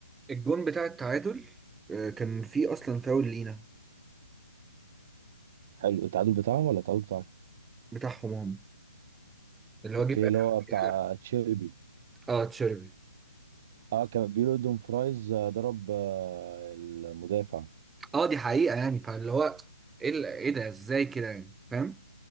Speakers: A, in the centre; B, on the right (about 35°).
A: الجون بتاع التعادل آه، كان فيه أصلا فاول لينا
B: حلو التعادل بتاعهم ولا التعادل بتاعك
A: بتاعهم هم اللي هو
B: اوكي
A: جه في
B: اللي هو بتاع
A: آخر
B: تشيلبي
A: اه تشيربي
B: اه كان بيقولوا دون فرايز آه، ضرب آه، المدافع
A: اه دي حقيقة يعني فاللي هو ايه ال- إيه ده ازاي كده يعني فاهم